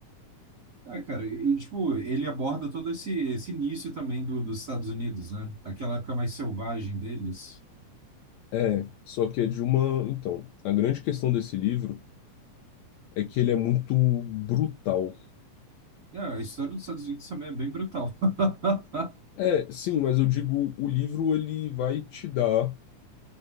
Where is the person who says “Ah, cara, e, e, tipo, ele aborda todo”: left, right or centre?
Right